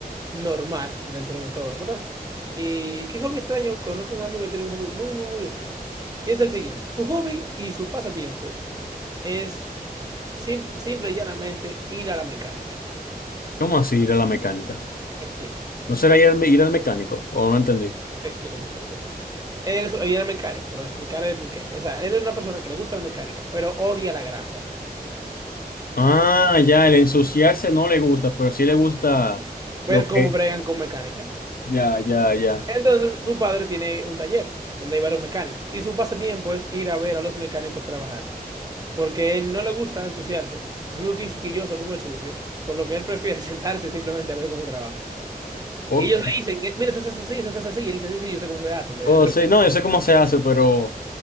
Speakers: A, on the right (about 25°); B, on the left (about 65°).
A: normal dentro de todo, ¿verdad? ¿Y qué hobby extraño? Conozco un amigo que tiene un hobby muy, muy, muy extraño. Y es el siguiente, su hobby y su pasatiempo es sim- simple y llanamente ir a la mecánica.
B: ¿Cómo así ir a la mecánica?
A: Te explico, te explico.
B: ¿No será ir al, me- ir al mecánico? ¿O no entendí?
A: Te explico, te explico, te explico. Él, es- él era mecánico, pero explicaré el porqué. O sea, él es una persona que le gusta la mecánica, pero odia la grasa.
B: Ah, ya, el ensuciarse no le gusta, pero sí le gusta
A: Ver
B: lo que...
A: cómo bregan con mecánica.
B: Ya, ya, ya.
A: Entonces, su padre tiene un taller donde hay varios mecánicos. Y su pasatiempo es ir a ver a los mecánicos trabajar. Porque él no le gusta ensuciarse. Es muy quisquilloso con el sucio. Por lo que él prefiere <laughs> sentarse simplemente a ver cómo trabajan.
B: Ok.
A: Y ellos le dicen, "Eh, mira, eso se hace así, eso se hace así. Y él dice, sí, sí, yo sé cómo se hace, pero
B: O
A: yo no creo.
B: sea,
A: <laughs>
B: no, yo sé cómo se hace, pero